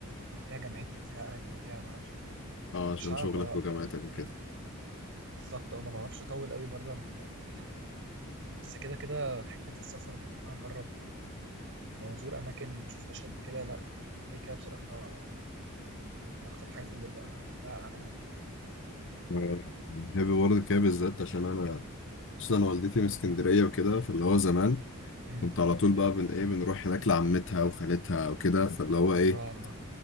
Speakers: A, on the right (about 60°); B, on the left (about 60°).
A: يعني فيها جامعتي وفيها اهلي وفيها ما اعرفش ايه
B: اه
A: فمش
B: عشان
A: عارف
B: شغلك
A: أ-
B: وجامعتك وكده
A: يعني بالظبط او ما بعرفش اطول قوي بره المدينه بس كده كده حته السفر وحته ان انا اجرب وازور اماكن ما شفتهاش قبل كده لا يعني كده كده بصراحه من اكتر الحاجات اللي بحبها اعملها يعني
B: آه، بحب برضه كده بالذات عشان انا اصلا والدتي من اسكندرية وكده فاللي هو زمان
A: امم
B: كنت على طول بقى بن ايه بنروح هناك لعمتها وخالتها وكده فاللي هو ايه
A: اه اه